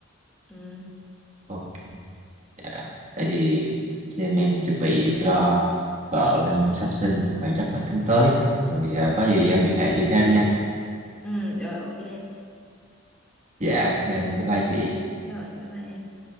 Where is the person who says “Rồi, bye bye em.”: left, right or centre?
Centre